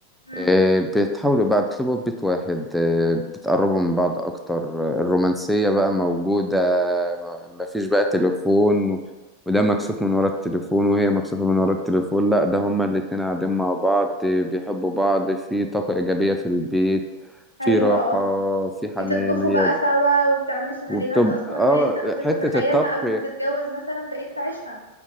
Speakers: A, on the left; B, in the centre.
A: مم.
B: آه، بتحاولوا بقى بتبقوا في بيت واحد آه، بتقربوا من بعض أكتر آه، الرومانسية بقى موجودة آه، مفيش بقى تليفون و- وده مكسوف من ورا التليفون وهي مكسوفة من ورا التليفون لا ده هما الاتنين قاعدين مع بعض آه، بيحبوا بعض في طاقة إيجابية في البيت في
A: ايوه
B: راحة
A: اه
B: في حنان
A: بتطبخوا
B: هي
A: بقى سوا وبتعملوا سيناريوهات
B: وبتبقى
A: اصلا
B: اه
A: انت كنت
B: حتة
A: بتتخيلها
B: الطبخ
A: قبل ما تتجوز مثلا بقيت تعيشها